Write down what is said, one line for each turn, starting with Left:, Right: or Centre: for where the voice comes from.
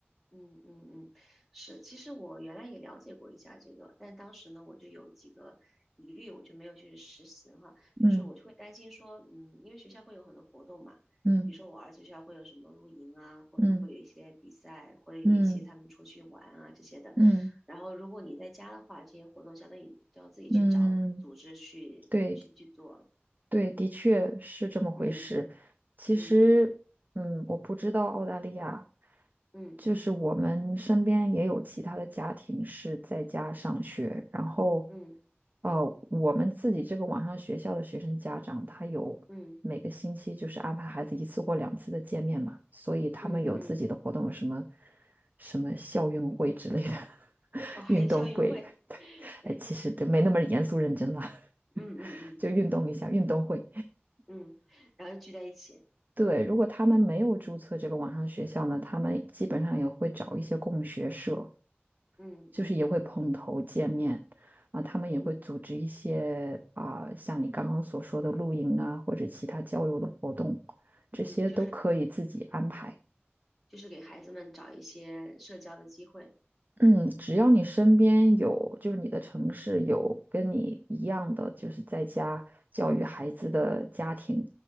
Centre: 嗯嗯嗯，是，其实我原来也了解过一下这个，但当时呢，我就有几个疑虑，我就没有去实行哈。
Right: 嗯
Centre: 就是我就会担心说，嗯，因为学校会有很多活动嘛，
Right: 嗯
Centre: 比如说我儿子学校会有什么露营啊，或者说会有一些比赛，
Right: 嗯
Centre: 或者有一些他们出去玩啊这些的。
Right: 嗯嗯
Centre: 然后如果你在家的话，这些活动相当于你都要自己去找组织去去去做。
Right: 嗯，嗯嗯对对，的确是这么回事。
Centre: 嗯
Right: 其实，
Centre: 嗯
Right: 嗯，我不知道澳大利亚，
Centre: 嗯
Right: 就是我们身边也有其他的家庭是在家上学，然后，
Centre: 嗯
Right: 哦、我们自己这个网上学校的学生家长，他有每个星期就是安排孩子一次或两次的见面嘛，
Centre: 嗯嗯
Right: 所以他们有自己的活动，
Centre: 嗯嗯，
Right: 有什么什么校运会之类的 <laughs>
Centre: 哦，还有校运会，
Right: 运动会，<laughs> 对，
Centre: <laughs> 哎，
Right: 哎，其实对，没那么严肃认真了，<laughs>
Centre: 嗯嗯嗯。
Right: 就运动一下，运动会。
Centre: 嗯，然后又聚在一起，
Right: 对，如果他们没有注册这个网上学校呢，他们基本上也会找一些共学社，
Centre: 嗯嗯
Right: 就是也会碰头见面，啊，他们也会组织一些啊，
Centre: 嗯
Right: 像你刚刚所说的露营啊，或者其他郊游的活动，这些都可以自己安排。
Centre: 嗯，就是就是给孩子们找一些社交的机会，
Right: 嗯，只要你身边有，就是你的城市有跟你一样的，就是在家教育孩子的家庭，